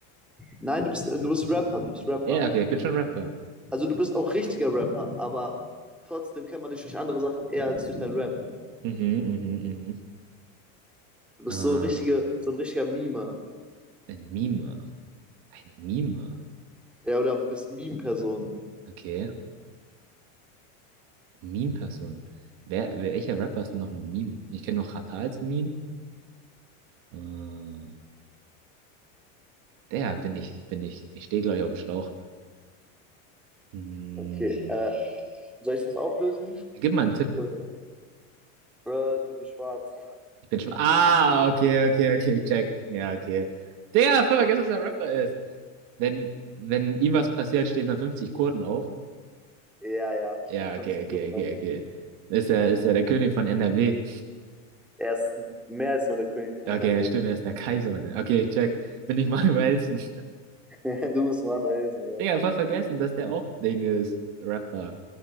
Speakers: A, in the centre; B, on the right (about 55°).
A: Nein, du bist, du bist Rapper, du bist Rapper.
B: Ja, okay, ich
A: Du
B: bin schon
A: bist,
B: Rapper.
A: also du bist auch richtiger Rapper, aber trotzdem kennt man dich durch andere Sachen eher als durch deinen Rap.
B: Mhm, mhm, mhm.
A: Du bist
B: Äh,
A: so richtige, so ein richtiger Meme.
B: ein Meme. Ein Meme.
A: Ja, oder bist Meme-Person.
B: Okay. Meme-Person. Wer, welcher Rapper ist denn noch ein Meme? Ich kenne noch Xatar als Meme. Äh, der bin ich, bin ich. Ich stehe, glaube ich, auf dem Schlauch. Hm,
A: Okay, äh, soll ich das auflösen?
B: gib mal einen Tipp.
A: Oder, oder du bist schwarz.
B: Ich bin schon. Ah, okay, okay, okay, check. Ja, okay. Der, voll vergessen, dass er Rapper ist. Wenn, wenn ihm was passiert, stehen dann 50 Kurden auf.
A: Ja, ja, stimmt.
B: Ja,
A: Fünf
B: okay,
A: Kilo.
B: okay, okay, okay. Ist er, ist er der König von NRW?
A: Er ist mehr als nur der König von
B: Okay,
A: NRW.
B: ja, stimmt, er ist der Kaiser. Mann. Okay, check. Bin ich Manuelsen.
A: <laughs> Du bist Manuel Elsen,
B: <laughs>
A: ja.
B: Digga, voll vergessen, dass der auch Ding ist. Rapper.